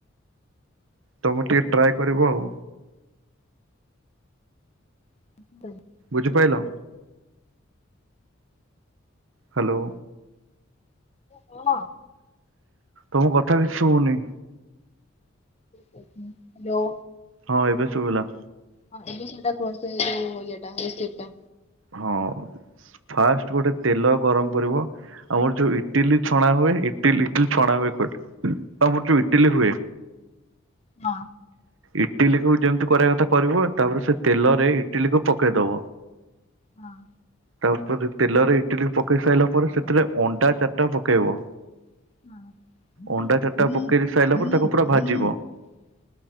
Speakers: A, on the right; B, on the left.
A: ତମେ ଟିକେ ଟ୍ରାଏ କରିବ ଆଉ।
B: <unintelligible>
A: ବୁଝିପାଇଲ? ହ୍ୟାଲୋ।
B: କଣ?
A: ତମ କଥା କିଛି ଶୁଭୁନି।
B: ହ୍ୟାଲୋ।
A: ହଁ ଏବେ ଶୁଭିଲା।
B: ହଁ ଏବେ ସେଇଟା କୁହ ସେଇ ଯୋଉ ଇଏଟା ରେସିପି ଟା।
A: ହଁ ଫାଷ୍ଟ ଗୋଟେ ତେଲ ଗରମ କରିବ। ଆମର ଯୋଉ ଇଟିଲି ଛଣା ହୁଏ। ଇଟଲି ଇଟିଲି ଛଣା ହୁଏ କହୁଚି ଆମର ଯୋଉ ଇଟିଲି ହୁଏ
B: ହଁ।
A: ଇଟିଲିକୁ ଯେମତି କରିବା କଥା କରିବ ତାପରେ ସେ ତେଲ ରେ ଇଟିଲିକୁ ପକେଇଦବ।
B: ହଁ।
A: ତାପରେ ତେଲରେ ଇଟିଲି ପକେଇ ସାରିଲା ପରେ ସେଥିରେ ଅଣ୍ଡା ଚାରିଟା ପକେଇବ।
B: ହଁ।
A: ଅଣ୍ଡା ଚାରିଟା ପକେଇ ସାରିଲା ପରେ ତାକୁ ପୁରା ଭାଜିବ।